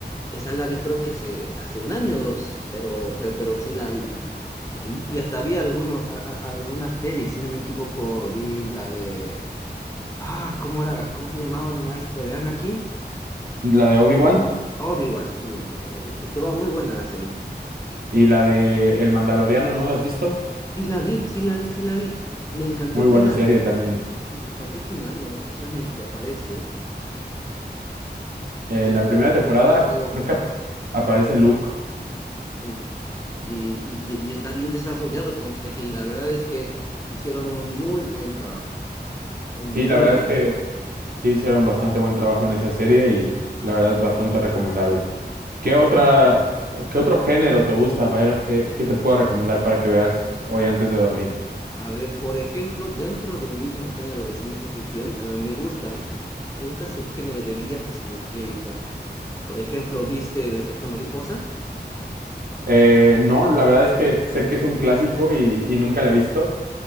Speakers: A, on the left (about 20°); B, on the right (about 55°).
A: Esa la vi creo que hace, hace un año o dos, pero, pe- pero, sí la vi. Y, y hasta vi algunos, a- a- alguna serie, si no me equivoco, vi la de Ah, ¿cómo era? ¿Cómo se llamaba el maestro de Anakin?
B: La de Obi-Wan
A: Obi-Wan, sí. eh, Estuvo muy buena la serie.
B: y la de El Mandaloriano no la has visto?
A: Sí la vi, sí la vi, sí la vi. Me encantó
B: Muy
A: el final.
B: buena serie también.
A: Sí, me encantó el final, donde precisamente aparece
B: En
A: el,
B: la primera temporada
A: sí, el hijo de Skywalker.
B: creo que ap- aparece Luke.
A: Sí. Y, y, y- y está bien desarrollado con este CGI. La verdad es que hicieron un muy buen trabajo. Un
B: Sí,
A: muy
B: la verdad
A: buen
B: es que
A: trabajo.
B: Sí, hicieron bastante buen trabajo en esa serie y la verdad bastante recomendable. ¿Qué otra, qué otro género te gusta, Byron? ¿Qué, qué te puedo recomendar para que veas hoy antes de dormir?
A: A ver, por ejemplo, dentro del mismo género de ciencia ficción, eh, me gustan, me gusta el subgénero de viajes en el tiempo. Por ejemplo, ¿viste el efecto mariposa?
B: Eh, no, la verdad es que sé que es un clásico y, y nunca la he visto,